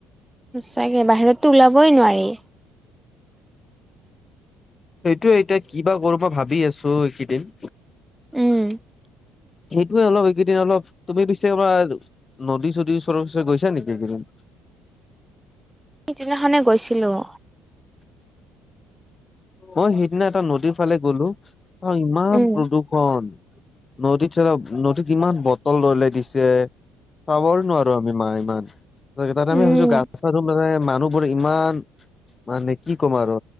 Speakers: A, in the centre; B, on the left.
A: সঁচাকে বাহিৰতো ওলাবই নোৱাৰি।
B: সেইটোয়ে এতিয়া কিবা কৰিব ভাবি আছো এইকেইদিন।
A: উম <unintelligible>
B: সেইটোৱে অলপ এইকেইদিন অলপ তুমি পিছে এবাৰ নদী চদীৰ ওচৰে ওচৰে গৈছা নেকি এইকেইদিন।
A: সেই দিনা খনেই গৈছিলোঁ।
B: মই সেইদিনা এটা নদীৰ ফালে গলো তাত ইমান
A: উম
B: প্ৰদূষণ। নদীত তলত নদীত ইমান বটল দলয়াই দিছে। খাবৰ নোৱাৰো আমি মা ইমান। তাতে
A: উম
B: আমি ভাবছো গা চা ধূম মানে মানুহবোৰ ইমান মানে কি ক'ম আৰু।